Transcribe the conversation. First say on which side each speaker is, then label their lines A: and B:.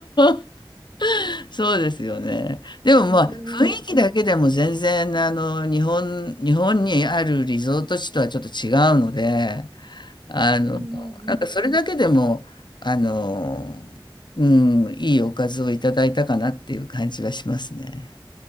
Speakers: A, on the left; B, on the right.
A: <laughs> そうですよね。でもまあ雰囲気だけでも全然あの日本、
B: ええうん
A: 日本にあるリゾート地とはちょっと違うので、あの、
B: うんうん。
A: なんかそれだけでも、あの、うん、いいおかずをいただいたかなっていう感じはしますね。